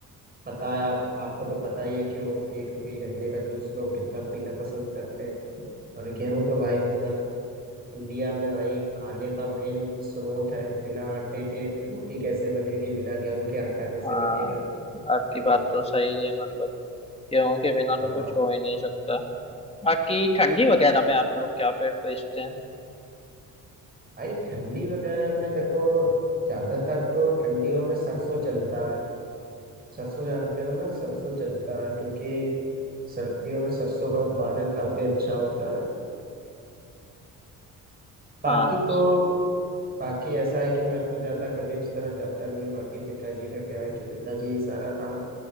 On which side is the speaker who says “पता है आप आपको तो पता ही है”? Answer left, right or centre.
Right